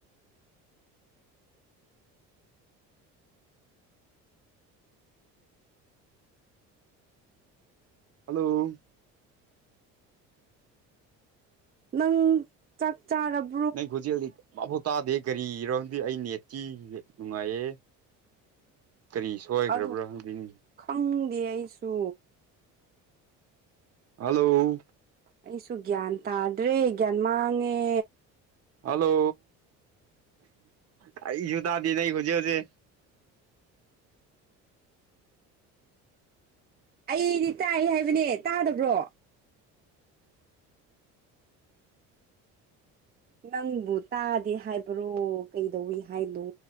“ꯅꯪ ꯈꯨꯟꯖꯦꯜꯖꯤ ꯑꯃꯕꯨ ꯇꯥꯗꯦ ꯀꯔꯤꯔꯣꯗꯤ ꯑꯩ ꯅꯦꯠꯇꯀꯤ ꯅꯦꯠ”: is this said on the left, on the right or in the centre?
Right